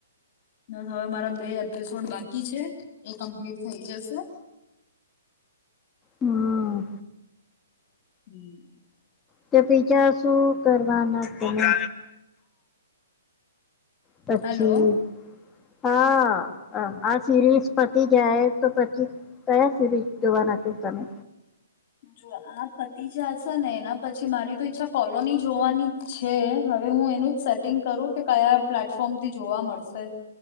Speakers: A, on the left; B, on the left.
A: હવે મારા બે એપિસોડ બાકી છે એ કમ્પ્લીટ થઈ જશે.
B: હમ
A: <inaudible>
B: કે પીજા શું કરવાના તમે પછી
A: હેલો
B: હા. આ આ સિરીઝ પતિ જાય તો પછી કયા સધી જોવાના છો તમે.
A: જો આ પતિ જશે ને એના પછી મારી તો ઈચ્છા કોલોની જોવાની છે હવે હું એનું જ સેટિંગ કરું કે કયા પ્લેટફોર્મથી જોવા મળશે.